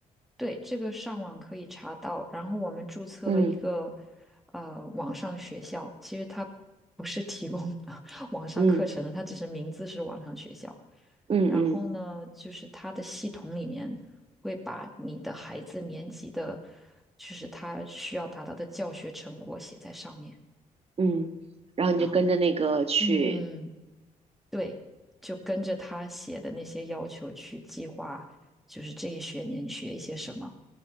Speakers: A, in the centre; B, on the right.
A: 对，这个上网可以查到。然后我们注册了一个
B: 嗯
A: 呃网上学校，其实它不是提供 <laughs> 网上课程的，
B: 嗯
A: 它只是名字是网上学校。
B: 嗯嗯
A: 然后呢，就是它的系统里面会把你的孩子年级的，就是他需要达到的教学成果写在上面。
B: 嗯，然后你就跟着那个去
A: 然后，嗯。对，就跟着他写的那些要求去计划，就是这一学年学一些什么。